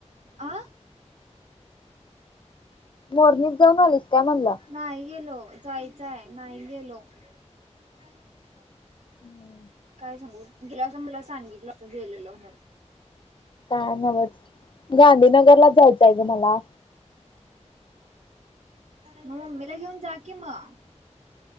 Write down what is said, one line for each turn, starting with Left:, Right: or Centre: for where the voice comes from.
Right: आ,
Left: मोरणीत जाऊन आलीस काय म्हणला.
Right: नाही गेलो जायचंय नाही गेलो. <unintelligible>
Left: हम.
Right: काय सांगू गेला असं मला सांगितलं असं गेलेलं म्हणून.
Left: काय न्हवच गांधीनगरला जायचं आहे ग मला.
Right: मग मम्मीला घेऊन जा कि मग.